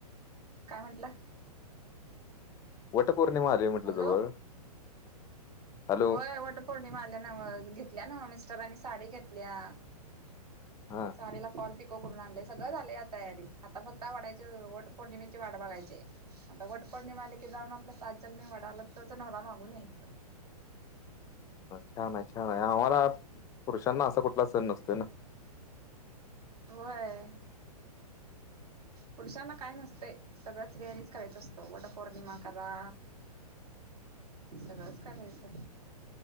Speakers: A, on the right (about 70°); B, on the left (about 15°).
A: काय म्हंटला?
B: वटपौर्णिमा आलीय म्हंटलं
A: हॅलो
B: जवळ. हॅलो
A: होय वट पौर्णिमा आल्या नव्ह घेतल्या नव्ह मिस्टरनी साडी घेतलिया.
B: हा
A: पाडीला फॉल पिको करून आणलेय सगळं झालेय तयारी आता फक्त वाड्याची वट पौर्णिमेची वाड बघायची. आता वटपोर्णिमा आले की जाऊन आपलं सात जल्मी वडाला तोच नवरा मागून यायचं.
B: छान आहे छान आहे आम्हाला पुरुषांना असा कुठला सण नसतोय ना.
A: होय. पुरुषांना काय नसते सगळ्या स्त्रियांणीच करायच असतो वट पौर्णिमा करा.
B: हा
A: सगळंच करायचं.